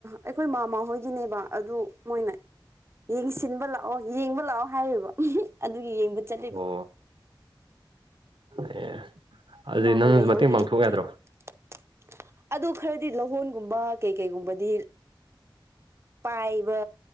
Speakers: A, on the right; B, on the right.
A: ꯑꯩꯈꯣꯏ ꯃꯥꯝꯃꯍꯣꯏꯒꯤꯅꯦꯕ ꯑꯗꯨ ꯃꯣꯏꯅ ꯌꯦꯡꯁꯤꯟꯕ ꯂꯥꯛꯑꯣ ꯌꯦꯡꯕ ꯂꯥꯛꯑꯣ ꯍꯥꯏꯔꯤꯕ <unintelligible> ꯑꯗꯨꯒꯤ ꯌꯦꯡꯕ ꯆꯠꯂꯤꯕ
B: ꯑꯣ ꯑꯦ ꯑꯗꯨꯗꯤ
A: ꯏꯃꯥꯍꯣꯏ
B: ꯅꯪꯖꯨ
A: ꯂꯩꯍꯧꯔꯤ
B: ꯃꯇꯦꯡ ꯄꯥꯡꯊꯣꯛꯎ ꯌꯥꯗ꯭ꯔꯣ
A: <unintelligible> ꯑꯗꯨ ꯈꯔꯗꯤ ꯂꯧꯍꯣꯟꯒꯨꯝꯕ ꯀꯩ ꯀꯩꯒꯨꯝꯕꯗꯤ ꯄꯥꯏꯕ